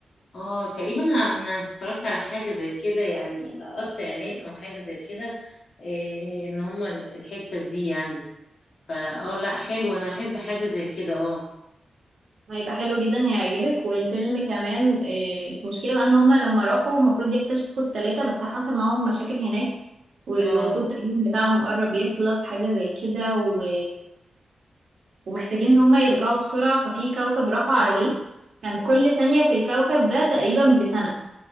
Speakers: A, on the left (about 60°); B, on the right (about 65°).
A: اه تقريبا انا أنا اتفرجت على حاجه زي كده يعني لقطت اعلان او حاجه زي كده إيه ان هما الحته دي يعني فا اه لا حلو انا احب حاجه زي كده اه
B: هيبقى حلو جدا هيعجبك والفيلم كمان آه، المشكلة بقى ان هما لما راحوا المفروض يكتشفوا التلاتة بس حصل معاهم مشاكل هناك والوقود
A: اه
B: تقريبا بتاعهم قرب يخلص حاجة زي كده و... ومحتاجين ان هما يرجعوا بسرعة ففي كوكب راحوا عليه
A: اه
B: كان كل ثانية في الكوكب ده تقريبا بسنة